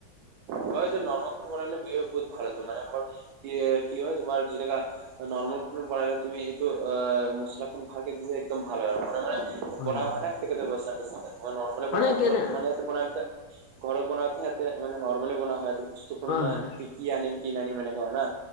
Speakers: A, on the right; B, on the left.
A: হয় যে নৰমখল বনালে বিয় বহুত ভাল ত মান মাৰ কি কি হয় তোমাৰ যেনেকা নৰৰ্মেল খু বনালে তুমি এইটো আহ মছলাখন ভালকে দি একদম ভাল হয় আৰু মানে হয় <unintelligible>
B: হয় হয়
A: মই নৰ্মেলে বনাওঁ
B: মানে কি
A: ঘৰত
B: হয়
A: মানে বনালতে ঘৰত বনাওঁতে সিহতে মানে নৰ্মেলে বনোৱা হয় ইহতে বস্তু
B: হয়
A: কি কি আনিম কি নানিম এনেকুৱা হয় না,